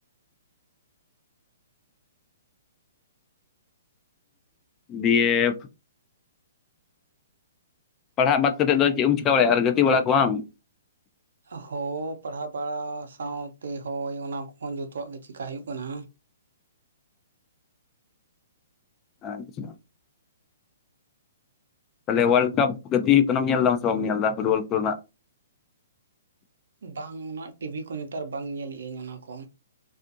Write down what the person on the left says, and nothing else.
ᱵᱤ ᱮᱯᱷ ᱯᱟᱲᱦᱟᱜ ᱵᱟᱫᱽ ᱠᱟᱛᱮ ᱫᱚ ᱪᱮᱫ ᱮᱢ ᱪᱮᱠᱟ ᱵᱟᱲᱟᱭᱼᱟ ᱜᱟᱛᱮ ᱵᱟᱲᱟ ᱠᱚ ᱵᱟᱝ
ᱟᱪᱪᱷᱟ ᱛᱟᱞᱮ ᱣᱟᱞ ᱠᱟᱯ ᱜᱟ. ᱛᱤ ᱦᱩᱭᱩᱜ ᱠᱟᱱᱟ ᱧᱮᱞ ᱫᱟᱢ ᱥᱮᱢ ᱧᱮᱞ ᱫᱟ ᱯᱷᱩᱴᱵᱚᱞ ᱠᱚᱨᱮ ᱱᱟᱜ